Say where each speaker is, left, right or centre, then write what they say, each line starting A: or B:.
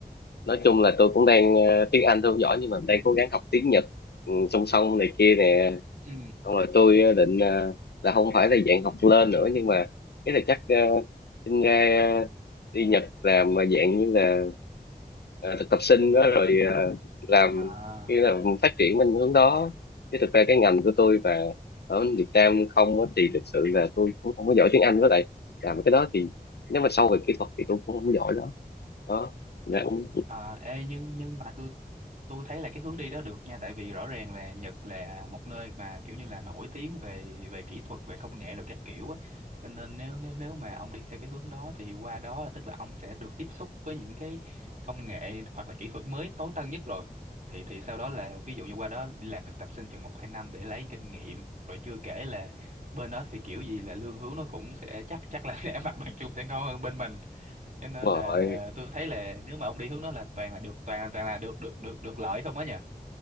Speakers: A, on the left; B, on the right.
A: nói chung là tôi cũng đang ờ, tiếng Anh tôi không giỏi nhưng mà đang cố gắng học tiếng Nhật ừ, song song này kia nè
B: Ừ.
A: xong rồi tôi ờ, định ờ, là không phải là dạng học lên nữa nhưng mà cái là chắc ờ, xin ra ờ, đi Nhật làm mà dạng như là ờ, thực tập sinh đó rồi ờ, làm
B: À,
A: như là phát triển bên hướng đó chứ thực ra cái ngành của tôi và ở Việt Nam không á, thì thực sự là tôi cũng không có giỏi tiếng Anh với lại làm cái đó thì nếu mà sâu về kỹ thuật thì tôi cũng không giỏi đó đó Nên
B: ê-
A: cũng
B: à, ê, nhưng nhưng mà tôi tôi thấy là cái hướng đi đó được nha tại vì rõ ràng là Nhật là một nơi mà kiểu như là nổi tiếng về về kỹ thuật về công nghệ rồi các kiểu á cho nên nếu nếu nếu mà ông đi theo cái hướng đó thì qua đó là tức là ông sẽ được tiếp xúc với những cái công nghệ hoặc là kỹ thuật mới tối tân nhất rồi thì thì sau đó là ví dụ như qua đó đi làm thực tập sinh chừng một hai năm để lấy kinh nghiệm rồi chưa kể là bên đó thì kiểu gì là lương hướng nó cũng sẽ chắc chắc là <laughs> sẽ mặt bằng chung sẽ ngon hơn bên mình cho nên
A: Đúng rồi,
B: là tôi thấy là nếu mà ông đi hướng đó là toàn là được toàn toàn là được được được được lợi không á nhỉ